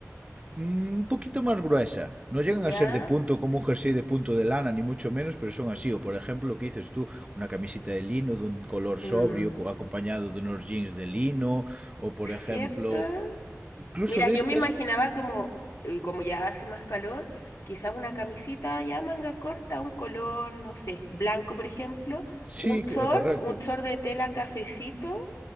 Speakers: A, on the right; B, on the left.
A: Un poquito más gruesa. No llegan
B: ya,
A: a ser de punto como un jersey de punto de lana, ni mucho menos, pero son así. O por ejemplo, lo que dices tú, una camiseta de lino de un color
B: mm,
A: sobrio acompañado de unos jeans de lino. O por ejemplo,
B: ¿cierta?
A: incluso
B: Mira,
A: de
B: yo
A: estas...
B: me imaginaba como, eh, como ya hace más calor, quizás una camisita ya manga corta, un color, no sé, blanco por ejemplo,
A: Sí,
B: un short,
A: eh, correcto.
B: un short de tela cafecito